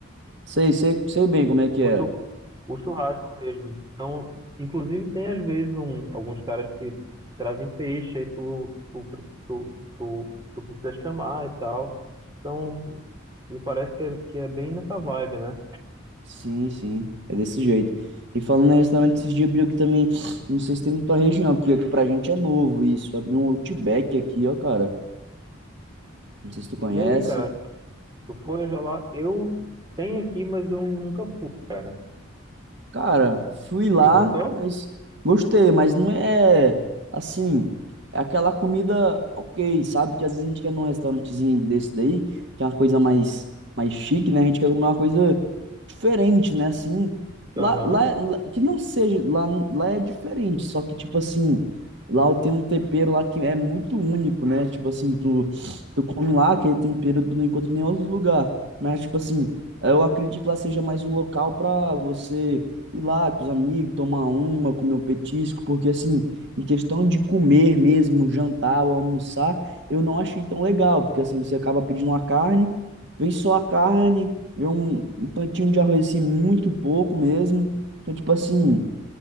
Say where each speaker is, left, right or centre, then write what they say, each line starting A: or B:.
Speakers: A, on the right (about 60°); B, on the right (about 20°).
A: Sei, sei, sei bem como é que
B: o,
A: é.
B: chu, o churrasco mesmo. Então, inclusive, tem às vezes um, alguns caras que trazem peixe, aí tu, tu, pre- tu, tu, tu precisa chamar e tal. Então, me parece que é, que é bem nessa vibe, né?
A: Sim, sim, é desse jeito. E falando em restaurante, esses dias abriu aqui também, não sei se tem na tua região aqui, ó, que pra gente é novo isso, abriu um Outback aqui, ó, cara, não sei se tu conhece,
B: E aí, cara, tu foi já lá? Eu tenho aqui, mas eu nunca fui, cara.
A: Cara, fui lá,
B: Tu gostou?
A: mas gostei, mas não é assim, é aquela comida ok, sabe? Que às vezes a gente quer num restaurantezinho desse daí, que é uma coisa mais, mais chique, né? A gente quer comer uma coisa diferente, né? Assim,
B: Aham.
A: lá, lá, lá- que não seja, lá, lá é diferente, só que tipo assim, lá tem um tempero lá que é muito único, né? Tipo assim, tu, tu come lá, aquele tempero tu não encontra em nenhum outro lugar, mas tipo assim, eu acredito que lá seja mais um local pra você ir lá com os amigos, tomar uma, comer um petisco, porque assim, em questão de comer mesmo, jantar ou almoçar, eu não achei tão legal, porque assim, você acaba pedindo uma carne, vem só a carne, vem um, um tantinho de arroz assim, muito pouco mesmo. Então, tipo assim,